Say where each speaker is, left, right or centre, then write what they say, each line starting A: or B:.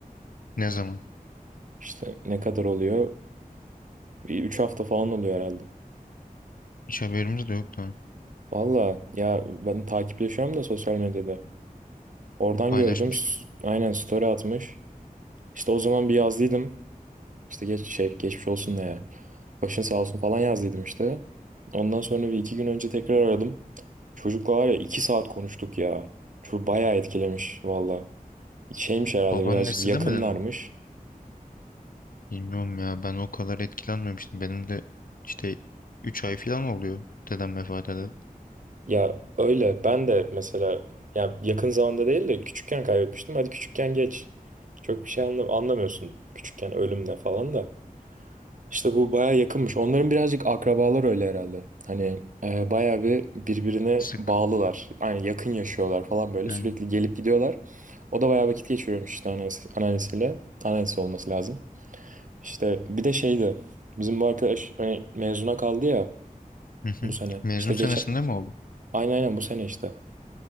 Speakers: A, on the left; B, on the right.
A: Ne zaman?
B: İşte ne kadar oluyor? Bir 3 hafta falan oluyor herhalde.
A: Hiç haberimiz de yok da.
B: Valla ya ben takipleşiyorum da sosyal medyada. Oradan
A: Paylaşmış
B: gördüm. S-
A: mı?
B: Aynen story atmış. İşte o zaman bir yazdıydım. İşte geç şey geçmiş olsun ne ya. Başın sağ olsun falan yazdıydım işte. Ondan sonra bir iki gün önce tekrar aradım. Çocukla var ya iki saat konuştuk ya. Çok bayağı etkilemiş valla. Şeymiş herhalde
A: Babaannesi
B: birazcık yakınlarmış.
A: demedin mi? Bilmiyorum ya ben o kadar etkilenmemiştim. Benim de işte 3 ay falan oluyor dedem vefat edeli.
B: Ya öyle ben de mesela ya yakın zamanda değil de küçükken kaybetmiştim. Hadi küçükken geç. Çok bir şey anla anlamıyorsun küçükken ölümle falan da. İşte bu baya yakınmış. Onların birazcık akrabalar öyle herhalde. Hani e, baya bir birbirine
A: Sık
B: bağlılar. Yani yakın yaşıyorlar falan böyle.
A: yani.
B: Sürekli gelip gidiyorlar. O da baya vakit geçiriyormuş işte anneannesi, anneannesiyle. Anneannesi olması lazım. İşte bir de şeydi. Bizim bu arkadaş hani mezuna kaldı ya
A: Hı hı.
B: bu sene.
A: Mezun
B: İşte
A: senesinde
B: geçen
A: mi oldu?
B: aynen aynen bu sene işte.